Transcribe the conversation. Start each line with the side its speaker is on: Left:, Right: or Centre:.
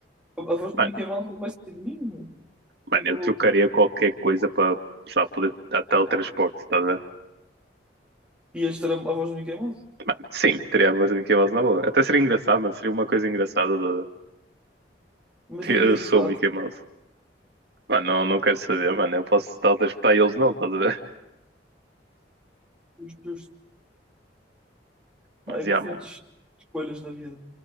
Centre: A, a voz do
Right: Mano,
Centre: Mickey Mouse não vai ser de mim, meu.
Right: Mano,
Centre: Como é que
Right: eu
Centre: eu
Right: trocaria
Centre: vou.
Right: qualquer coisa para só poder dar teletransporte, estás a ver?
Centre: ias ter a, a voz do Mickey Mouse.
Right: Mano, sim, teria a voz do Mickey Mouse na boa. Até seria engraçado, mano, seria uma coisa engraçada. De...
Centre: Mas
Right: Eu
Centre: ninguém ia
Right: sou
Centre: te levar
Right: o Mickey Mouse. Mano, não, não quero saber, mano, eu posso teletransportar e eles não, estás a ver?
Centre: os teus.
Right: Mas,
Centre: Pá, é
Right: já,
Centre: diferentes
Right: mano.
Centre: escolhas na vida.